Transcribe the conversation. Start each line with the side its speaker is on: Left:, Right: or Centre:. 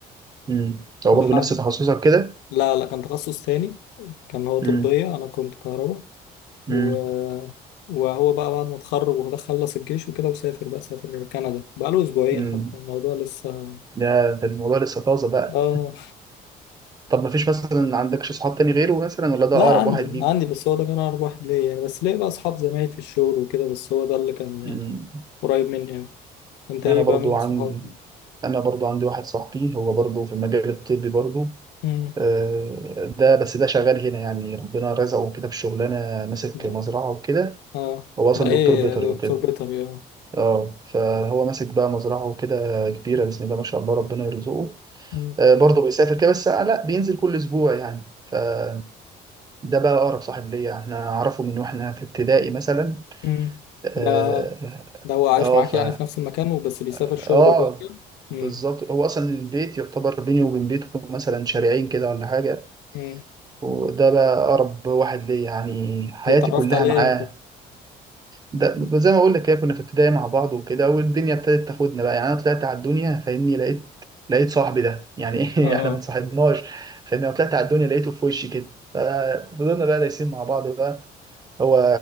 Right: امم هو
Left: لحد
Right: برضه نفس تخصصك كده
Left: لا لا كان تخصص تاني كان هو طبية
Right: امم
Left: أنا كنت كهرباء و...
Right: امم
Left: وهو بقى بعد ما اتخرج وده خلص الجيش وكده وسافر بقى سافر كندا بقاله أسبوعين
Right: امم
Left: حتى الموضوع لسه
Right: ده ده الموضوع لسه طازه بقى
Left: آه
Right: طب ما فيش مثلا عندكش صحاب تاني غيره مثلا ولا ده
Left: لا
Right: اقرب
Left: عندي
Right: واحد ليك
Left: عندي بس هو ده كان أقرب واحد ليا يعني بس ليه بقى أصحاب زمايل في الشغل وكده بس هو ده اللي كان
Right: امم
Left: يعني قريب مني أوي أنت إيه
Right: انا برضو
Left: بقى مين
Right: عندي
Left: صحابك؟
Right: انا برضو عندي واحد صاحبي هو برضو في المجال الطبي برضو
Left: امم
Right: آه، ده بس ده شغال هنا يعني ربنا رزقه كده بشغلانه ماسك
Left: ده
Right: مزرعه وكده
Left: آه
Right: هو اصلا
Left: ده إيه
Right: دكتور بيطري وكده
Left: دكتور بيطري آه
Right: اه فهو ماسك بقى مزرعه وكده كبيره بسم الله ما شاء الله ربنا يرزقه
Left: امم
Right: آه، برضو بيسافر كده بس آه، لا بينزل كل اسبوع يعني فده بقى اقرب صاحب ليا احنا اعرفه من واحنا في ابتدائي مثلا
Left: امم
Right: اه
Left: ده ده هو عايش
Right: آه،
Left: معاك
Right: ف
Left: يعني في نفس المكان وبس بيسافر
Right: اه
Left: شغله وبيرجع
Right: بالظبط
Left: امم
Right: هو اصلا البيت يعتبر بيني وبين بيته مثلا شارعين كده ولا حاجه
Left: امم
Right: وده بقى أقرب واحد ليا يعني حياتي
Left: ده اتعرفت
Right: كلها
Left: عليه
Right: معاه
Left: إمتى؟
Right: ده زي ما أقول لك كده كنا في ابتدائي مع بعض وكده والدنيا ابتدت تاخدنا بقى يعني أنا طلعت على الدنيا فاهمني لقيت لقيت صاحبي ده يعني <laughs> إيه
Left: آه
Right: إحنا ما اتصاحبناش فاهمني أنا طلعت على الدنيا لقيته في وشي كده ففضلنا بقى دايسين مع بعض بقى هو